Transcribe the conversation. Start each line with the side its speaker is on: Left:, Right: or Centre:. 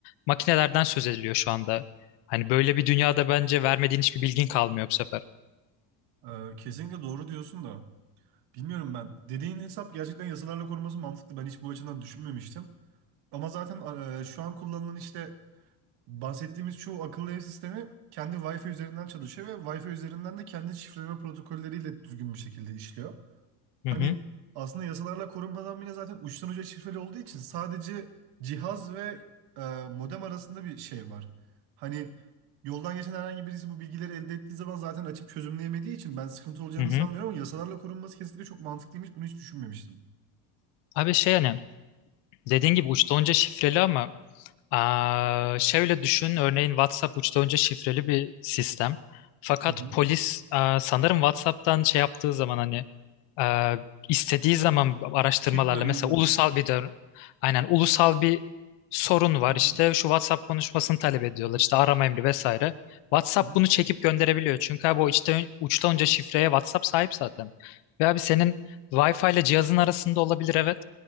Left: makinelerden söz ediliyor şu anda. Hani böyle bir dünyada bence vermediğin hiçbir bilgin kalmıyor bu sefer.
Right: Ee, kesinlikle doğru diyorsun da. Bilmiyorum ben. Dediğin hesap gerçekten yasalarla korunması mantıklı. Ben hiç bu açıdan düşünmemiştim. Ama zaten e, şu an kullanılan işte Bahsettiğimiz çoğu akıllı ev sistemi kendi Wi-Fi üzerinden çalışıyor ve Wi-Fi üzerinden de kendi şifreleme protokolleriyle düzgün bir şekilde işliyor. Hani
Left: Hı hı,
Right: aslında yasalarla korunmadan bile zaten uçtan uca şifreli olduğu için sadece cihaz ve e, modem arasında bir şey var. Hani yoldan geçen herhangi birisi bu bilgileri elde ettiği zaman zaten açıp çözümleyemediği için ben sıkıntı olacağını
Left: hı hı.
Right: sanmıyorum ama yasalarla korunması kesinlikle çok mantıklıymış. Bunu hiç düşünmemiştim.
Left: Abi şey hani Dediğin gibi uçta onca şifreli ama Aa, şöyle düşün, örneğin WhatsApp uçtan önce şifreli bir sistem. Fakat
Right: Hı hı.
Left: polis aa, sanırım WhatsApp'tan şey yaptığı zaman hani aa, istediği zaman araştırmalarla
Right: Tekrar yollatıp.
Left: mesela ulusal bir dön aynen ulusal bir sorun var
Right: Hı
Left: işte
Right: hı.
Left: şu WhatsApp konuşmasını talep ediyorlar işte arama emri vesaire. WhatsApp
Right: Hı hı.
Left: bunu çekip gönderebiliyor çünkü abi o işte uçtan önce şifreye WhatsApp sahip zaten. Ve abi senin Wi-Fi ile cihazın arasında olabilir evet.